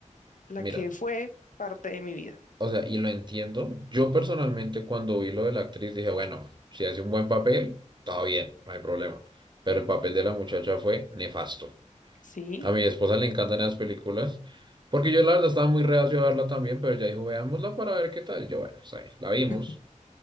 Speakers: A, on the left; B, on the right.
A: la
B: Mira.
A: que fue parte de mi vida.
B: O sea, y lo entiendo. Yo personalmente cuando vi lo de la actriz dije, bueno, si hace un buen papel, todo bien, no hay problema. Pero el papel de la muchacha fue nefasto.
A: Sí,
B: A mi esposa le encantan esas películas, porque yo la verdad estaba muy reacio a verla también, pero ya dijo, veámosla para ver qué tal. Y yo, bueno, está bien, la vimos.
A: <laughs>